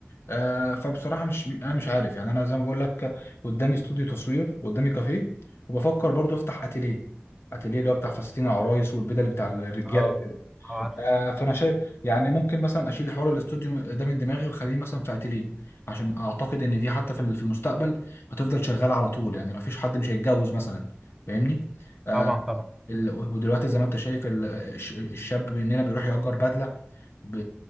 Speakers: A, on the left; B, in the centre.
A: آه فبصراحه مش انا مش عارف يعني انا زي ما بقول لك قدامي استوديو تصوير قدامي كافيه وبفكر برضو افتح اتيليه اتيليه اللي هو بتاع فساتين العرايس والبدل بتاع الرجاله
B: اه آه، عارف
A: آه، فانا شايف يعني ممكن مثلا اشيل حوار الاستوديو ده من دماغي واخليه مثلا في اتيليه عشان اعتقد ان دي حتى في ال- في المستقبل هتفضل شغاله على طول يعني ما فيش حد مش هيتجوز مثلا فاهمني آه
B: طبعا طبعا
A: ال- ودلوقتي زي ما انت شايف ال- الش- الشاب مننا بيروح يأجر بدله ب